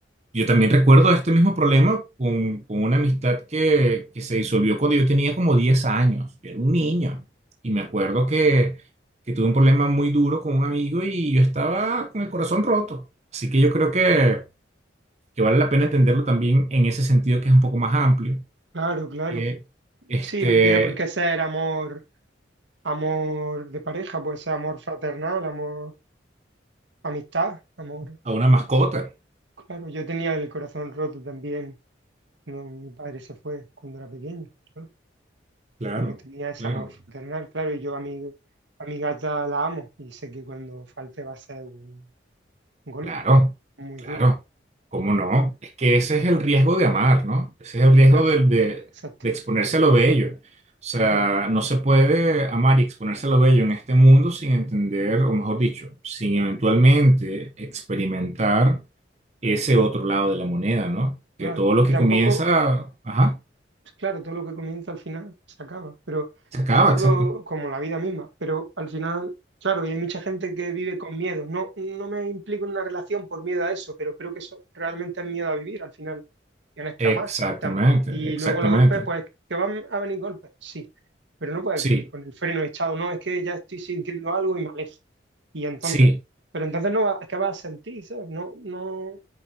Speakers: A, on the right (about 35°); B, on the right (about 75°).
A: Yo también recuerdo este mismo problema con, con una amistad que, que se disolvió cuando yo tenía como 10 años. Yo era un niño. Y me acuerdo que, que tuve un problema muy duro con un amigo y yo estaba con el corazón roto. Así que yo creo que, que vale la pena entenderlo también en ese sentido que es un poco más amplio
B: Claro, claro.
A: que este,
B: Sí, no tiene por qué ser amor Amor de pareja, puede ser amor fraternal, amor, amistad, amor.
A: a una mascota.
B: Claro, yo tenía el corazón roto también. No, mi padre se fue cuando era pequeño. Yo
A: Claro,
B: no tenía ese
A: claro.
B: amor fraternal, claro, y yo a mi, a mi gata la amo y sé que cuando falte va a ser un, un golpe
A: Claro,
B: muy
A: claro.
B: duro.
A: ¿Cómo no? Es que ese es el riesgo de amar, ¿no? Ese es el riesgo
B: Claro,
A: de, de-
B: exacto,
A: de exponerse a lo bello. O sea,
B: claro,
A: no se puede amar y exponerse a lo bello en este mundo sin entender, o mejor dicho, sin eventualmente experimentar ese otro lado de la moneda, ¿no?
B: claro.
A: Que todo lo
B: Y
A: que
B: tampoco,
A: comienza, ajá,
B: pues claro, todo lo que comienza al final se acaba, pero
A: se acaba,
B: todo
A: exacto.
B: como la vida misma, pero al final, claro, y hay mucha gente que vive con miedo. No, no me implico en una relación por miedo a eso, pero creo que eso realmente es miedo a vivir. Al final tienes que
A: Exactamente,
B: amar. Tam- Y
A: exactamente.
B: luego los golpes, pues que van a venir golpes, sí, pero no puedes
A: Sí,
B: vivir con el freno echado, no, es que ya estoy sintiendo algo y me alejo. Y entonces,
A: sí.
B: pero entonces no vas, ¿qué vas a sentir? ¿sabes? No, no,